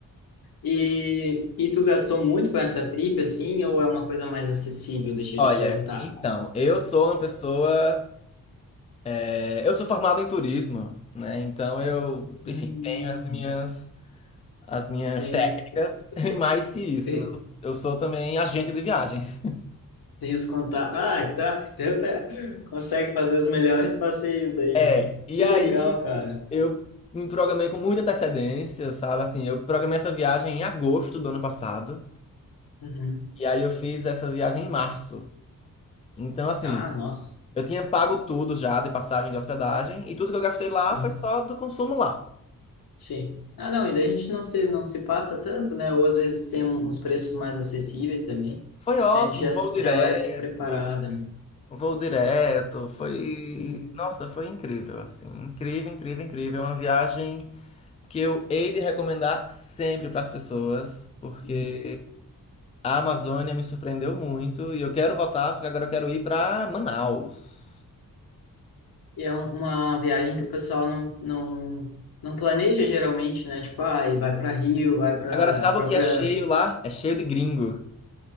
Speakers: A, on the left; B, on the left.
A: E, e tu gastou muito com essa trip, assim, ou é uma coisa mais acessível? Deixa
B: Olha,
A: eu te perguntar.
B: então, eu sou uma pessoa. é, eu sou formado em turismo, né? Então eu,
A: Hum.
B: enfim, tenho as minhas, as minhas
A: Tem
B: técnicas.
A: os- os-
B: <laughs> E mais que isso,
A: <laughs>
B: né? Eu sou também agente de viagens.
A: Tem os contatos. Ah, tá. tenta Consegue fazer os melhores passeios daí,
B: É,
A: né?
B: e
A: Que
B: aí
A: legal, cara.
B: eu me programei com muita antecedência, sabe? Assim, eu programei essa viagem em agosto do ano passado,
A: Uhum.
B: e aí eu fiz essa viagem em março. Então, assim,
A: Ah, nossa.
B: eu tinha pago tudo já de passagem de hospedagem, e tudo que eu gastei lá
A: Uhum.
B: foi só do consumo lá.
A: Sim. Ah, não, ainda a gente não se, não se passa tanto, né? Ou às vezes tem um, uns preços mais acessíveis também.
B: Foi ótimo,
A: E a gente já,
B: voo
A: já
B: direto,
A: vai preparado, né?
B: voo direto, foi...
A: Uhum.
B: Nossa, foi incrível, assim, incrível, incrível, incrível. É uma viagem que eu hei de recomendar sempre para as pessoas, porque
A: Uhum.
B: A Amazônia me surpreendeu muito e eu quero voltar, só que agora eu quero ir pra Manaus.
A: E é um- uma viagem que o pessoal não, não, não planeja geralmente, né? Tipo, ah, e vai para Rio, vai para
B: Agora, sabe
A: a própria.
B: o que é cheio lá? É cheio de gringo.